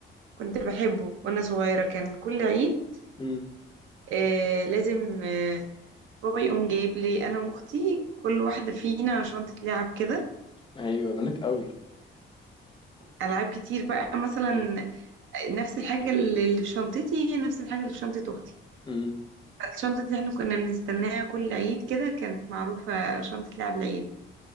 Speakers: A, on the right; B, on the left.
A: كنت بحبه وانا صغيرة كان كل عيد
B: مم.
A: آه لازم آه بابا يقوم جايب لي انا واختي كل واحده فينا شنطه لعب كده
B: ايوه بنات قوي
A: العاب كتير بقى مثلا
B: ايوه
A: نفس الحاجه اللي في شنطتي هي نفس الحاجه اللي في شنطه اختي
B: مم.
A: فالشنطه دي احنا كنا بنستناها كل عيد كده كانت معروفه شنطه لعب العيد